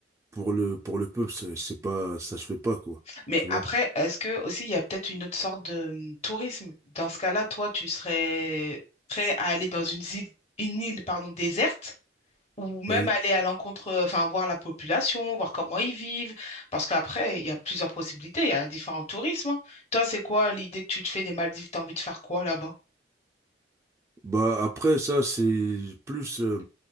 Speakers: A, on the right (about 15°); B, on the left (about 35°).
A: pour le, pour le peuple, c'est c'est pas, ça se fait pas, quoi.
B: Mais
A: Tu vois.
B: après, est-ce que aussi il y a peut-être une autre sorte de hum, tourisme? Dans ce cas-là, toi, tu serais prêt à aller dans une île, une île, pardon, déserte ou même
A: Oui.
B: aller à l'encontre, enfin, voir la population, voir comment ils vivent, parce qu'après, il y a plusieurs possibilités, il y a différents tourismes. hein. Toi, c'est quoi l'idée que tu te fais des Maldives? T'as envie de faire quoi là-bas?
A: Bah après ça c'est plus euh,